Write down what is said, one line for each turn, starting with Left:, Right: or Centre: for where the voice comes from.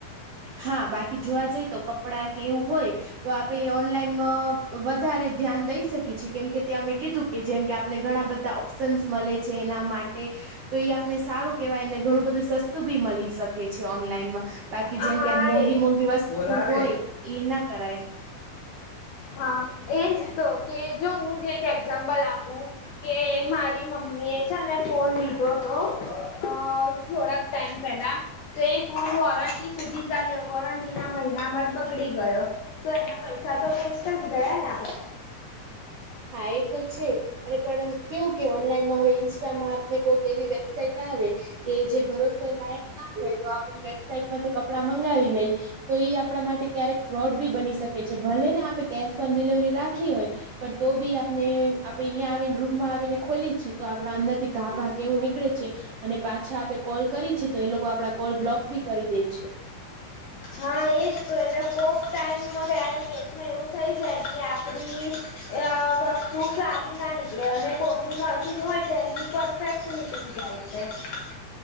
Right: હા બાકી જોવા જઈ તો કપડા કે એવું હોય. તો આપે એ ઓનલાઈનમાં વધારે ધ્યાન દઈ શકીએ છીએ કેમ કે તે અમે કીધું. કે જેમ કે આપને ઘણા બધા ઓપ્શન્સ મળે છે એના માટે. તો એ આપને સારું કેવાયને ઘણું બધું સસ્તું બી મળી શકે છે ઓનલાઈનમાં બાકી. કે
Left: હા
Right: જેમ કે આમ મોંઘી
Left: એ
Right: મોંઘી વસ્તુ
Left: બોલાવે
Right: હોય એ ના કરાય.
Left: હા એજ તો કે જો હું જે એક્ઝામ્પલ આપું. કે મારી મમ્મી એ છે ને ફોન લીધો હતો અ. થોડાક ટાઈમ પેલા. તો એ ફોન વોરંટી સુધી ચાલ્યો વોરંટીના મહિનામાં જ બગડી ગયો. તો એના પૈસા તો વેસ્ટતા જ ગયા ને આપણે.
Right: હા એ તો છે. અને પણ કેવું કે ઓનલાઈનમાં હવે ઇન્સ્ટામાં આપને કોઈક એવી વેબસાઈટ આવે. કે જે ભરોસો લાયક ના હોય તો આપે વેબસાાઈટ માંથી કપડા મંગાવી લઈ. તો ઈ આપણા માટે ક્યારેક ફ્રોડ બી બની શકે છે ભલે ને આપે કેશ ઓન ડિલિવરી રાખી હોય. પણ તો બી આપને આપડે અહીંયા આવીને રૂમમાં આવીને ખોલી છીએ તો આપણા અંદર થી ગાભા કે એવું નીકળે છે. અને પાછા આપે કોલ કરી છી તો એ લોકો આપડા કોલ બ્લોક બી કરી દે છે.
Left: હા એજ. કોક ટાઈમમાં ગ કેસમાં એવું થઈ જાય કે આપડી. અ વસ્તુ સારી ના નીકળે અને કોકનું નરકદ હોય તો એમની પરફેક્ટ નીકળી જાય. હે.